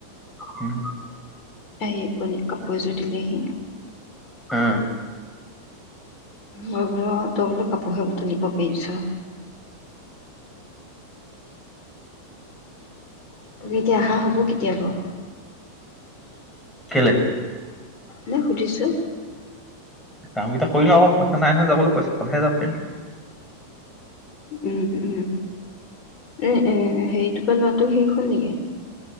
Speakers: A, in the centre; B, on the left (about 40°).
A: উম
B: আহে প কাপোৰ এযোৰ দিলেহি
A: অ
B: মই বোলো তই বোলো কাপোৰহে উতনিব পাৰিছ তুমি এতিয়া অহা হ'ব কেতিয়াবা
A: কে
B: নাই সুধিছো
A: কাম কেইটা কৰি লওঁ আকৌ পইচা নাই নহয় যাবলৈ পইচা হালেহে যাব পন্ত
B: উম উম এ এ হেৰিটোপ লৰাটো শেষ হ'ল নেকি